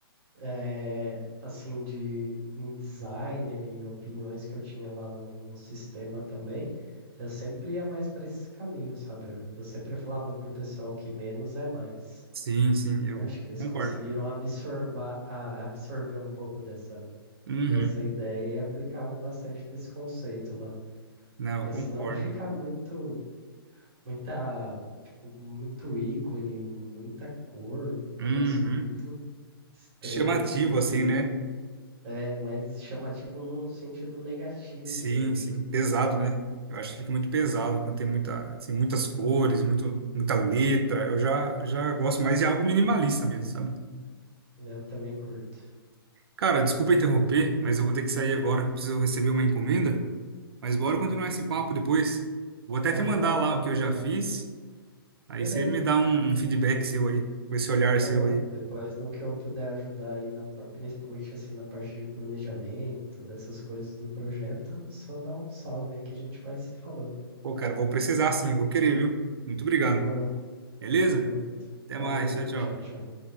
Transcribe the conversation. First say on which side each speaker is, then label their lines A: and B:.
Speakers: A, on the right (about 30°); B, on the right (about 75°).
A: eh, assim de em designer e opiniões que eu tinha lá no, no sistema também. Eu sempre ia mais para esse caminho, sabe? Eu, eu sempre falava pro pessoal que menos é mais.
B: Sim, sim, eu
A: E acho que eles
B: concordo.
A: conseguiram absorvar, absorver um pouco dessa
B: Uhum.
A: dessa ideia e aplicavam bastante desse conceito lá.
B: Não,
A: Porque
B: eu concordo.
A: senão fica muito muita, tipo, muito ícone, muita cor, um negócio
B: Uhum.
A: muito estranho,
B: Chamativo,
A: assim, que
B: assim, né?
A: é mais chamativo num sentido negativo
B: Sim,
A: daí,
B: sim.
A: né?
B: Pesado, né? Eu acho que fica muito pesado
A: Enfim,
B: quando tem muita, assim, muitas cores, muito, muita letra. Eu já, já gosto mais de algo minimalista mesmo, sabe?
A: eu também curto.
B: Cara, desculpa interromper, mas eu vou ter que sair agora, que preciso receber uma encomenda. Mas bora
A: Hum,
B: continuar esse papo depois. Vou até
A: Corre
B: te mandar
A: lá então
B: lá o que
A: pegar.
B: eu já fiz. Aí
A: Beleza,
B: você me dá um, um feedback seu aí, com esse olhar
A: demorou.
B: seu aí.
A: Depois no que eu puder ajudar aí, na, par- principalmente assim na parte de planejamento, dessas coisas do projeto, só dá um salve aí que a gente vai se falando.
B: Pô, cara, vou precisar sim, vou querer, viu? Muito obrigado.
A: Demorou,
B: Beleza?
A: tamo junto.
B: Até
A: Falou,
B: mais. Tchau, tchau.
A: tchau, tchau.